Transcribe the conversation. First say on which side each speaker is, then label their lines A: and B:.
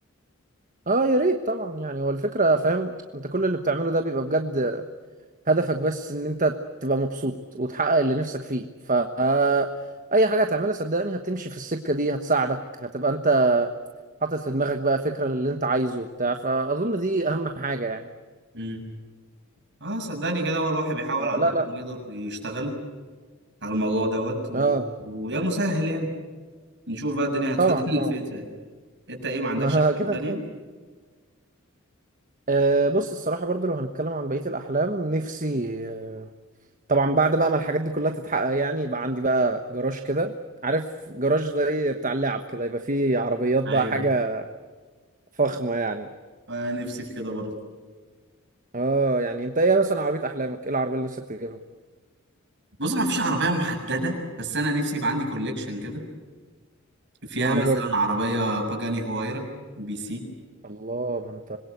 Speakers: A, on the right (about 40°); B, on the right (about 55°).
A: اه يا ريت طبعا يعني هو الفكرة فاهم انت كل اللي بتعمله ده بيبقى بجد هدفك بس ان انت تبقى مبسوط وتحقق اللي نفسك فيه ف آه، اي حاجة هتعملها صدقني هتمشي في السكة دي هتساعدك هتبقى انت حاطط في دماغك بقى فكرة للي انت عايزه بتاع فأظن دي أهم حاجة يعني
B: امم اه صدقني كده هو الواحد بيحاول على
A: لا
B: قد
A: لا
B: ما يقدر يشتغل على الموضوع دوت و...
A: اه
B: ويا مسهل يعني نشوف بقى الدنيا هتودينا
A: طبعا طبعا
B: <laughs> لفين يعني. انت ايه ما عندكش
A: ما
B: احلام
A: <laughs> كده
B: تانية؟
A: كده أه بص الصراحة برضو لو هنتكلم عن بقية الأحلام نفسي آه، طبعا بعد بقى ما الحاجات دي كلها تتحقق يعني يبقى عندي بقى جراج كده عارف جراج زي بتاع اللعب كده يبقى فيه عربيات بقى
B: ايوه
A: حاجة فخمة يعني
B: آه نفسي في كده برضه
A: اه يعني انت ايه مثلا عربية أحلامك ايه العربية اللي نفسك تجيبها
B: بص ما فيش عربيه محدده بس انا نفسي يبقى عندي كوليكشن كده فيها
A: ما انا
B: مثلا
A: برضو
B: عربية باجاني هوايرا بي سي
A: الله ده انت